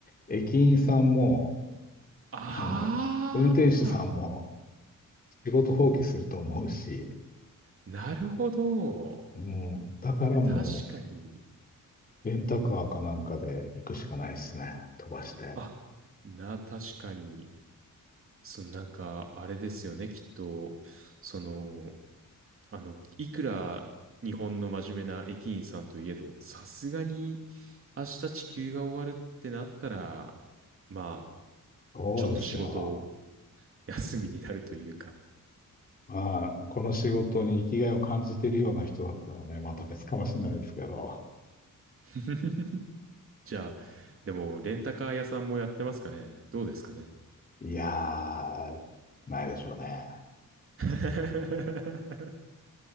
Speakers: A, on the left; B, on the right.
A: 駅員さんも、
B: ああ、
A: あの、運転手さんも、仕事放棄すると思うし、
B: なるほど。
A: もう、だからも
B: いや、確かに、
A: う、レンタカーかなんかで行くしかないですね。飛ばして。
B: あ、な、確かに、そのなんか、あれですよね、きっと、その、あの、いくら日本の真面目な駅員さんといえど、さすがに明日地球が終わるってなったら、まあ、
A: そうですよ。
B: ちょっと仕事を休みになるというか
A: まあ、この仕事に生きがいを感じてるような人だったらね、また別かもしれないですけど、
B: <laughs> じゃあ、でも、レンタカー屋さんもやってますかねどうですかね
A: いやー、ないでしょうね。
B: <laughs>